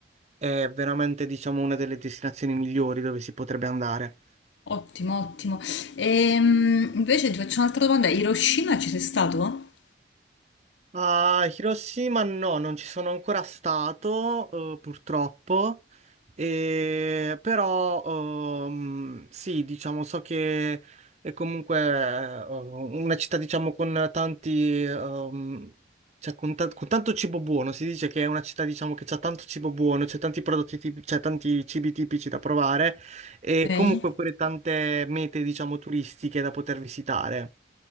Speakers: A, on the right; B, on the left.
A: è veramente, diciamo, una delle destinazioni migliori dove si potrebbe andare.
B: Ottimo, ottimo. Ehm, invece ti faccio un'altra domanda. Hiroshima ci sei stato?
A: A Hiroshima no, non ci sono ancora stato, eh, purtroppo, E- però ehm, sì, diciamo, so che è comunque eh, una città, diciamo, con tanti, ehm, cioè con, ta- con tanto cibo buono, si dice che è una città, diciamo, che c'ha tanto cibo buono, c'è tanti prodotti tipici, c'è tanti cibi tipici da provare e
B: Ok.
A: comunque pure tante mete, diciamo, turistiche da poter visitare.